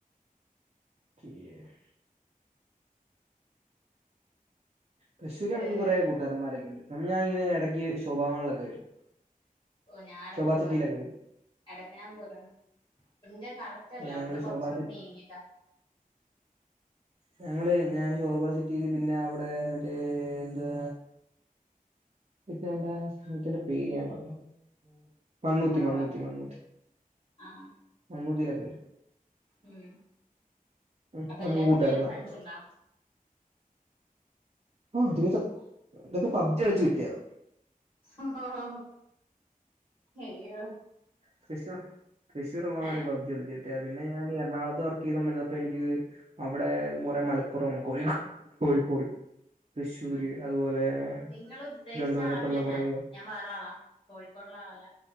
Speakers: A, on the right (about 45°); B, on the left (about 30°).
A: ചിയേഴ്സ്. തൃശൂര് നമുക്ക്
B: ഏഹ്
A: കുറെ കൂട്ടുകാരന്മാരൊക്കെ ഉണ്ട് അന്ന് ഞാനിങ്ങനെ ഇടക്ക് ശോഭാമാളിലൊക്കെ വരും.
B: ഓഹ് ഞാൻ ഇടയ്ക്ക്
A: ശോഭാ
B: പോവാലോണ്ട്.
A: സിറ്റിയിലൊക്കെ വരും
B: എടയ്ക്ക് ഞാൻ പോവലുണ്ട് എന്റെ കറക്റ്റ് അല്ല
A: ആ
B: അവിടന്ന്
A: ഞങ്ങള്
B: കൊറച്ച്
A: ശോഭാ
B: അങ്ങ്
A: സിറ്റി
B: നീങ്ങിട്ടാ.
A: ഞങ്ങള് ഞാൻ ശോഭ സിറ്റിയില് പിന്നെ അവിടെ മറ്റേ എന്താ പിന്നെ അവിടെ ആഹ് സ്ഥലത്തിന്റെ പേര് ഞാൻ മറന്നു പോയി. മണ്ണൂത്തി
B: നെഹ്റു
A: മണ്ണൂത്തി
B: പാർക്ക്
A: മണ്ണൂത്തി
B: ആഹ്
A: മണ്ണൂത്തിലോക്കെ വരും.
B: ഉം
A: ഉം
B: അപ്പൊ
A: നമ്മുക്ക്
B: എല്ലാ
A: കൂട്ടുകാരൻമാരുണ്ട്
B: ജില്ലയിലും ഫ്രണ്ട്സ്
A: അവിടെ.
B: ഉണ്ടാ
A: ഒരു വിധം ഇതൊക്കെ പബ്ജി കളിച്ച് കിട്ടിയതാ.
B: ഹോ ഹോ ഹോ അയ്യോ.
A: തൃശൂർ തൃശൂർ ഉള്ളമാര്
B: ഏഹ്
A: പബ്ജി കളിച്ച് പിന്നെ ഞാൻ എറണാകുളത്ത് വർക്ക് ചെയ്തുകൊണ്ടിരുന്നപ്പോ എനിക്ക് അവിടെ കുറെ മലപ്പുറം, കോ കോഴിക്കോട്, തൃശ്ശൂര്,
B: ആഹ്
A: അതുപോലെതിരുവന്തപുരത്തുള്ള
B: നിങ്ങൾ ഉദ്ദേശിച്ച ആളല്ല
A: കുറേ
B: ഞാൻ ഞാൻ വേറെ ആളാ കോഴിക്കോടുള്ള ആള് അല്ല